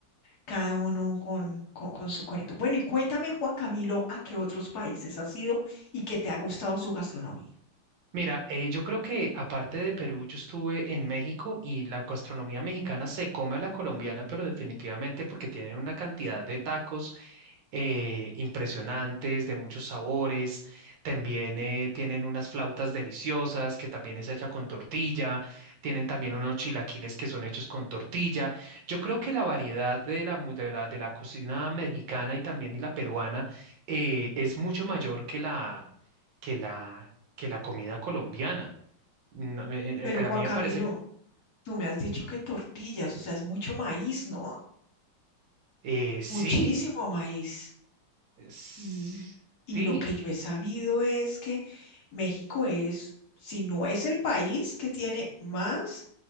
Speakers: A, on the left; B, on the right.
A: cada uno con, con, con su cuento. Bueno, y cuéntame, Juan Camilo, a qué otros países has ido y qué te ha gustado su gastronomía.
B: Mira, eh, yo creo que aparte de Perú, yo estuve en México y la gastronomía mexicana se come a la colombiana, pero definitivamente porque tienen una cantidad de tacos eh, impresionantes, de muchos sabores. También eh, tienen unas flautas deliciosas que también es hecha con tortilla. Tienen también unos chilaquiles que son hechos con tortilla. Yo creo que la variedad de la, mu- de la, de la cocina mexicana y también y la peruana eh, es mucho mayor que la que la, que la comida colombiana. No, eh,
A: Pero
B: eh,
A: Juan
B: a mí me
A: Camilo,
B: parece,
A: tú me has dicho que tortillas, o sea, es mucho maíz, ¿no?
B: eh, sí,
A: Muchísimo maíz.
B: es-
A: Y, y
B: sí.
A: lo que yo he sabido es que México es, si no es el país que tiene más